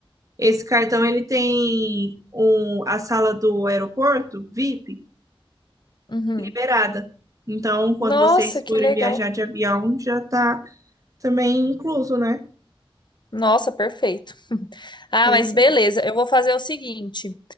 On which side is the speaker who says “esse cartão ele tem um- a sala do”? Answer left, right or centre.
Right